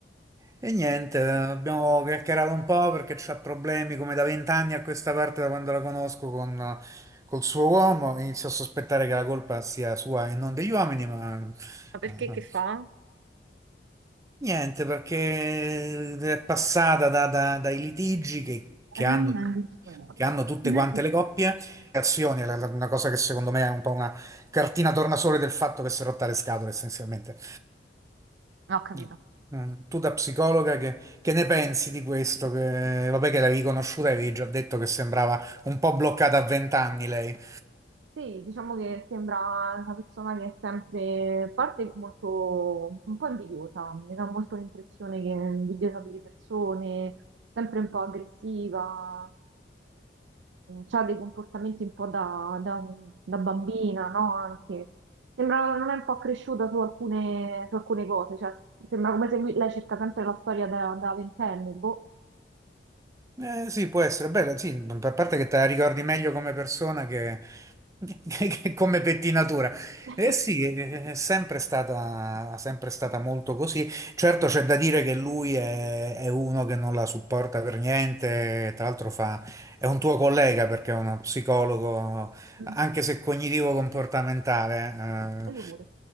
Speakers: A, on the right (about 20°); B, on the right (about 80°).
A: E niente, abbiamo chiacchierato un po' perché c'ha problemi come da vent'anni a questa parte, da quando la conosco con, col suo uomo. Inizio a sospettare che la colpa sia sua e non degli uomini, ma
B: Ma perché
A: eh,
B: che fa?
A: niente, perché è passata da- da- dai litigi che, che
B: Allora
A: hanno,
B: rimane.
A: che hanno tutte
B: Non
A: quante le coppie, azioni, è la- la- una cosa che secondo me è un po' una cartina tornasole del fatto che si è rotta le scatole essenzialmente.
B: ho capito.
A: Eh, eh, Tu da psicologa che, che ne pensi di questo? Che, vabbè che l'avevi conosciuta e avevi già detto che sembrava un po' bloccata a vent'anni lei.
B: Sì, diciamo che sembra una persona che è sempre, a parte molto, un po' invidiosa, mi dà molto l'impressione che è invidiosa delle persone, sempre un po' aggressiva, ha dei comportamenti un po' da, da- da bambina, no? Anche, sembra non è un po' cresciuta su alcune, su alcune cose, cioè sembra come se lui- lei cerca sempre la storia da, da ventenne, boh.
A: Eh, sì, può essere bello, sì, mhmm, a parte che te la ricordi meglio come persona che, <laughs> che- che come pettinatura.
B: <laughs>
A: Eh sì, è è sempre stata, è sempre stata molto così. Certo c'è da dire che lui è, è uno che non la supporta per niente, tra l'altro fa, è un tuo collega perché è uno psicologo,
B: Mm.
A: anche se cognitivo-comportamentale. eh.
B: E io pure.